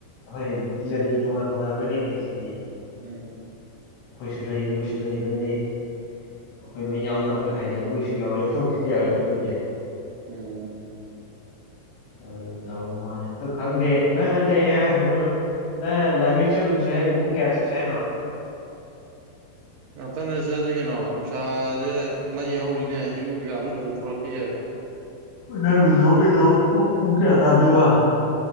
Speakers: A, on the left (about 80°); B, on the right (about 70°).
A: ꯍꯣꯏꯗꯤ ꯇꯣꯉꯥꯟ ꯇꯣꯉꯥꯟ ꯂꯣꯏ ꯂꯩꯅꯩꯁꯤꯗꯤ
B: ꯎꯝ
A: ꯑꯩꯈꯣꯏꯁꯨ ꯂꯩ ꯃꯣꯏꯁꯨ ꯂꯩ ꯂꯣꯏꯅꯩ ꯑꯩꯈꯣꯏ ꯂꯣꯏ ꯌꯥꯎꯅ ꯍꯥꯏꯗꯤ ꯑꯃꯒꯤꯁꯨ ꯌꯥꯎꯋꯤꯁꯨ ꯌꯥꯎꯋꯤ ꯑꯩꯈꯣꯏꯕꯨꯗꯤ
B: ꯑꯣ
A: ꯑꯗꯨ ꯇꯧ ꯃꯥꯅꯤ ꯑꯗꯨ ꯈꯪꯗꯦ ꯅꯪꯉꯗꯤꯦ ꯑꯩ ꯈꯪꯗꯣꯏ ꯅ ꯂꯥꯏꯕ꯭ꯔꯦꯔꯤ ꯆꯠꯂꯨꯁꯦ ꯍꯥꯏꯗꯣ ꯄꯨꯡ ꯀꯌꯥ ꯆꯠꯁꯦ ꯍꯥꯏꯅꯣ
B: <unintelligible> ꯉꯥꯛꯇꯪꯅꯁꯦꯁꯤ ꯀꯩꯅꯣ ꯅꯨꯡꯁꯥꯁꯦ ꯃꯩ ꯍꯧꯔꯤꯅꯦ ꯏꯔꯨ ꯀꯩꯀꯥ ꯑꯝꯗꯨ ꯆꯊꯣꯔꯛꯈꯤꯒꯦ
A: ꯅꯅꯨꯡꯁꯕ ꯀꯩꯗ ꯄꯨꯀꯌꯥ ꯇꯥ ꯑꯗꯨ ꯋꯥ